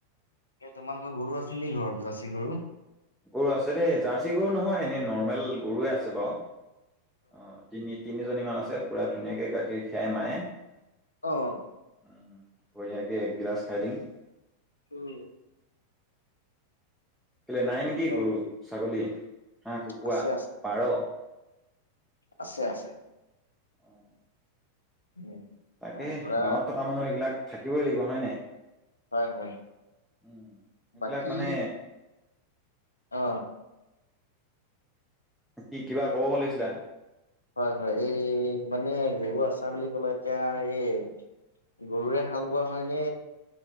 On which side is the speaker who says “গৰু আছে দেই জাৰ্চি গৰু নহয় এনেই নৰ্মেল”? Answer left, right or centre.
Centre